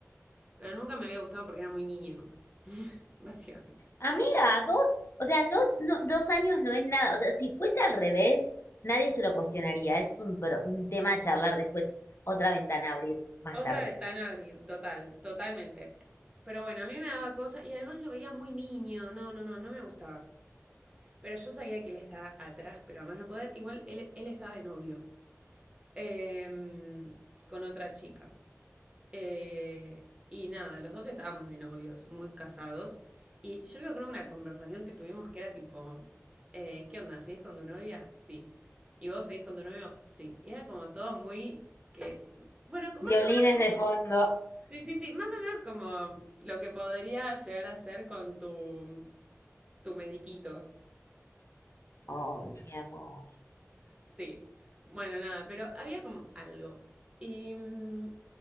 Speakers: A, on the right; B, on the left.
A: Pero nunca me había gustado porque era muy niño, <laughs> básicamente.
B: Amiga, dos, o sea, no, no- dos años no es nada. O sea, si fuese al revés, nadie se lo cuestionaría. Eso es un, pro- un tema a charlar después, otra ventana a abrir más
A: Otra
B: tarde.
A: ventana a abrir, total, totalmente. Pero bueno, a mí me daba cosa y además lo veía muy niño. No, no, no, no me gustaba. Pero yo sabía que él estaba atrás, pero además no poder. Igual él, él estaba de novio eh, con otra chica. Eh, y nada, los dos estábamos de novios, muy casados. Y yo me acuerdo una conversación que tuvimos que era tipo, eh, ¿qué onda? ¿Seguís con tu novia? Sí. ¿Y vos seguís con tu novio? Sí. Y era como todo muy que, bueno, más
B: Violines
A: o menos, co-
B: de fondo.
A: sí, sí, sí, más o menos como lo que podría llegar a ser con tu, tu mediquito.
B: Ay, mi amor.
A: Sí. Bueno, nada, pero había como algo. Y mm,